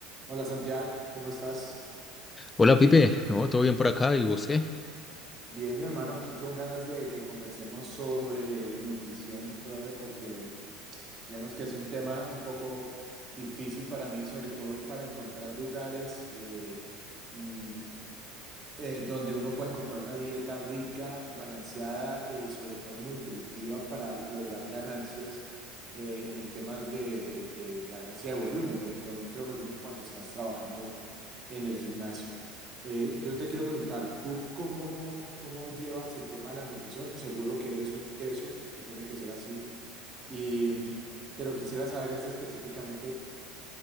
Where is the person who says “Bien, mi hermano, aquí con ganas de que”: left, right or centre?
Right